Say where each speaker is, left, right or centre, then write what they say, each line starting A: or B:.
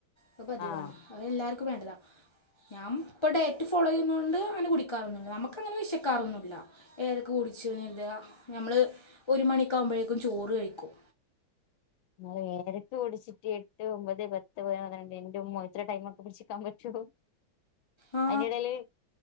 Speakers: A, on the left; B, on the left.
A: അത് പതിവാണ്
B: ആഹ്
A: അത് എല്ലാർക്കും വേണ്ടതാ ഞാൻ ഇപ്പം ഡയറ്റ് ഫോളോ ചെയ്യ്ണോണ്ട് അങ്ങനെ കുടിക്കാറൊന്നും ഇല്ല നമ്മക്ക് അങ്ങനെ വിശക്കാറൊന്നു ഇല്ല. ഏതൊക്കെ കുടിച്ചൂന്നര്ത ഞമ്മള് ഒരു മണിക്ക്യാവുമ്പഴേക്കും ചോറ് കയിക്കും.
B: <unintelligible> കുടിച്ച് എട്ട്, ഒമ്പത്, പത്ത് <unintelligible> എൻ്റെ ഉമ്മേ ഇത്ര ടൈമേക്കെ പിടിച്ചിക്ക്യാ പറ്റോ.
A: ആ
B: അയിൻ്റെ എടേല്